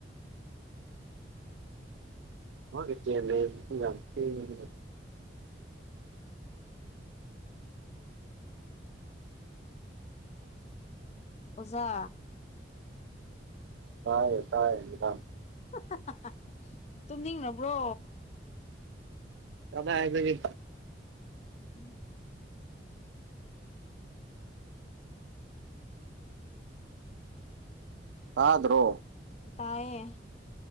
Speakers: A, on the right; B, on the left.
A: ꯃꯥꯒꯤ ꯇꯦꯃꯦꯠꯇꯨ ꯌꯥꯝ ꯊꯦꯡꯉꯤꯅꯦꯍꯦ
B: ꯑꯣꯖꯥ
A: ꯇꯥꯢꯌꯦ ꯇꯥꯢꯌꯦ ꯃꯦꯗꯥꯝ
B: ꯍꯨ ꯍ ꯍ ꯍ ꯇꯨꯝꯅꯤꯡꯉꯕ꯭ꯔꯣ
A: ꯀꯗꯥꯢꯗꯒꯤ
B: <unintelligible>
A: ꯇꯥꯗ꯭ꯔꯣ
B: ꯇꯥꯢꯌꯦ